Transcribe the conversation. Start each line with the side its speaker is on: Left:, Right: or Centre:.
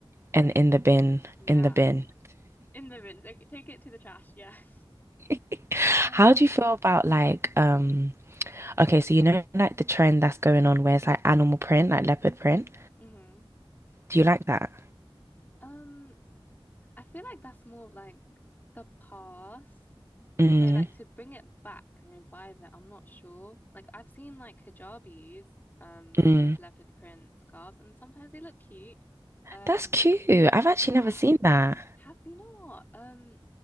Left: Like,
Right: and in the bin,
Left: yeah.
Right: in the bin.
Left: In the bin. Like, take it to the trash. Yeah. <laughs>
Right: <laughs>
Left: Um,
Right: How do you feel about like, um, okay, so you know like the trend that's going on where it's like animal print, like leopard print?
Left: hmm
Right: Do you like that?
Left: Um, I feel like that's more of like the past
Right: Mm,
Left: So like to bring it back and revive it, I'm not sure. Like I've seen like hijabis um
Right: mm.
Left: with leopard print scarves and sometimes they look cute. Um
Right: That's cute. I've actually
Left: yeah.
Right: never seen that.
Left: Have you not? Um